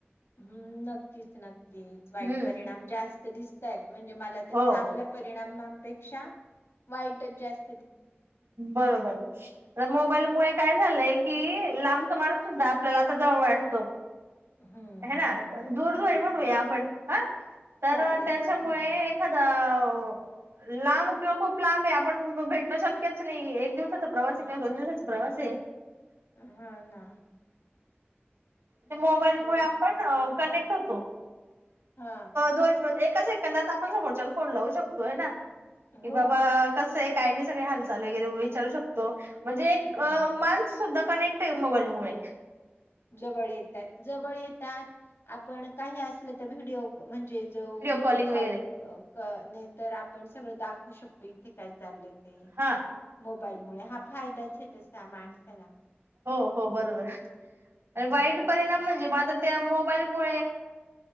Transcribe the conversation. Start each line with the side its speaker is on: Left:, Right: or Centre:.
Left: हम्म नक्कीच नक्की कीच वाईट
Right: हम्म
Left: परिणाम जास् त दिसतात. म्हणजे मला तर
Right: हो
Left: चांगला परिणाम पेक्षा वाईटच जास्
Right: बरोबर मोबाईल मुळे काय झालंय की लांब ण सुद्धा आपल्याला आता जवळ वाटतो..
Left: हम्म
Right: ह ना
Left: हम्म हम्म
Right: दूरध्वनी म्हणूया आपण हा तर
Left: चालेल
Right: त्याच्यामुळे
Left: चालेल
Right: एखादा. हो लांब किंवा खूप लांब आहे आपण भेटण शक्यच नाही एक दिवस प्रवासीो
Left: हा
Right: दिवसातच प्रवासी.
Left: हा ना
Right: ते मोबाईल
Left: हॅलो
Right: मु आपण
Left: हा
Right: कनेक्ट होतो.
Left: हा
Right: दोन एका सेकंदात आपण समोरच्या फोन लावू शकतो. तो आहे ना कि
Left: हो
Right: बाबा कसं आहे काही नाही सगळे हालत वगैरे विचारू शकतो म्हणजे एक
Left: हम्म
Right: मानस सुद्धा कनेक्ट आहे मोबाईल होय
Left: जवळ येतात जवळ येतात आपण काही असल तर व्हिडिओ म्हणजे जो व्हिडिओ
Right: कॉलिंग वगैरे
Left: कॉल कणे तर आप.. पण सगळं दाखव शकतो इथे काय चाललंय.. ते
Right: हा
Left: मोबाईलमुळे हा फायदाच आहे तसा माणसाला
Right: हो हो बरोबर
Left: हम्म
Right: वाईट परिणाम म्हणजे मग आता त्या मोबाईल मु